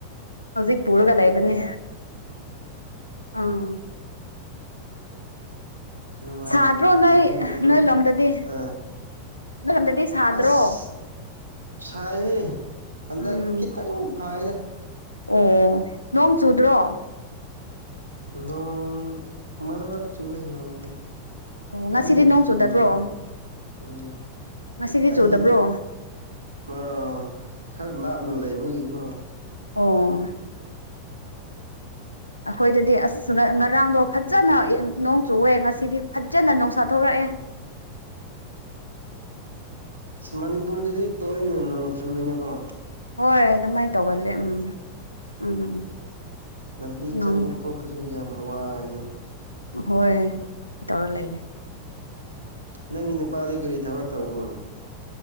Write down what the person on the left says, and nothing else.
ꯍꯧꯖꯤꯛ ꯄꯨꯔꯒ ꯂꯩꯕꯅꯤ ꯑꯥ
ꯁꯥꯗ꯭ꯔꯣ
ꯅꯣꯏ
ꯅꯣꯏ ꯂꯣꯝꯗꯗꯤ
ꯅꯣꯏ ꯂꯣꯝꯗꯗꯤ ꯁꯥꯗ꯭ꯔꯣ
ꯎꯝ
ꯑꯣ ꯅꯣꯡ ꯆꯨꯗ꯭ꯔꯣ
ꯑꯣ ꯉꯁꯤꯗꯤ
ꯅꯣꯡ
ꯆꯨꯗꯕ꯭ꯔꯣ
ꯉꯁꯤꯗꯤ
ꯆꯨꯗꯕ꯭ꯔꯣ
ꯑꯣ ꯑꯩꯈꯣꯏꯗꯗꯤ ꯑꯁ ꯉꯔꯥꯡꯗꯣ ꯐꯖꯅ ꯅꯣꯡ ꯆꯨꯋꯦ ꯉꯁꯤꯗꯤ ꯐꯖꯅ ꯅꯨꯡꯁꯥꯊꯣꯔꯛꯑꯦ
ꯍꯣꯏ ꯑꯗꯨꯃꯥꯏꯅ ꯇꯧꯒꯜꯂꯦ ꯎꯝ ꯎꯝ ꯎꯝ ꯎꯝ
ꯅꯣꯡ
ꯍꯣꯏ ꯇꯧꯔ ꯂꯩꯔꯦ